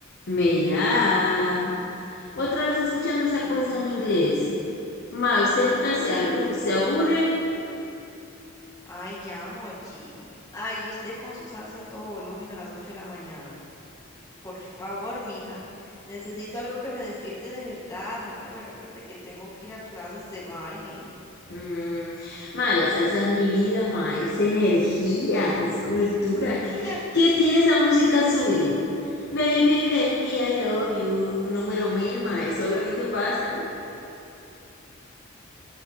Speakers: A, on the left (about 55°); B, on the left (about 20°).
A: Mela, otra vez escuchando esa
B: Mm.
A: cosa en inglés. Ma, usted nunca
B: <laughs>
A: se, arru- se aburre.
B: Ay, ya, Mochi. Ay, y usted con su salsa a todo volumen a las 8 de la mañana. Por favor, mija. Necesito algo que me despierte de verdad, no que me recuerde que tengo que ir a clases de baile.
A: Mm, ma, la salsa es mi vida, ma, es energía, es cultura. ¿Qué,
B: <laughs>
A: qué tiene esa música suya? Baby, baby, I love you. Número mil, ma, es solo en eso pasa.